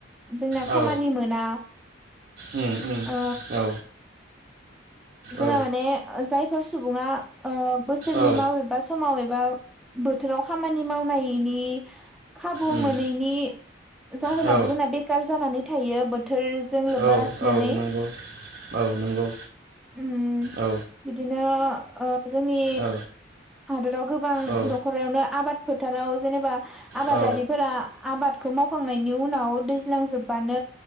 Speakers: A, in the centre; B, on the right.
A: जोंना
B: औ
A: खामानि मोना।
B: उम उम
A: ओ
B: औ
A: जोंआ
B: औ
A: माने जायफोर सुबुङा ओ बोसोरनि
B: औ
A: माव एबा समाव एबा बोथोराव खामानि मावनायनि खाबु
B: उम
A: मोनैनि जाहोनावबो
B: औ
A: जोंना बेखार जानानै। थायो बोथ थोरजों लोबबा
B: औ
A: लाखि
B: औ
A: नानै
B: नंगौ औ नंगौ
A: उम
B: औ
A: बिदिनो ओ जोंनि
B: औ
A: हादोराव गोबां
B: औ
A: दख'रायावनो आब आबाद फोथाराव जेनेबा आबादारिफोरा
B: औ
A: आबादखौ मावखांनायनि उन नाव दैज सिलांजोबबानो